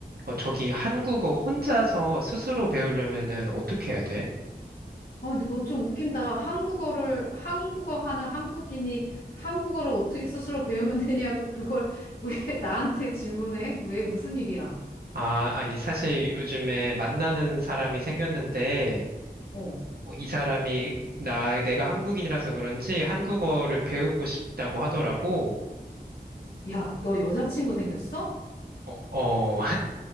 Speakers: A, on the right (about 65°); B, on the left (about 60°).
A: 어, 저기 한국어 혼자서 스스로 배우려면은 어떻게 해야 돼?
B: 아, 너 좀 웃긴다. 한국어를, 한국어 하는 한국인이 한국어를 어떻게 스스로 배우면 되냐고 그걸 <laughs> 왜 나한테 질문해? 왜 무슨 일이야?
A: 아, 아니, 사실 요즘에 만나는 사람이 생겼는데,
B: 어.
A: 어, 이 사람이 나, 내가 한국인이라서 그런지 한국어를 배우고 싶다고 하더라고.
B: 야, 너 여자친구 생겼어?
A: 어, 어.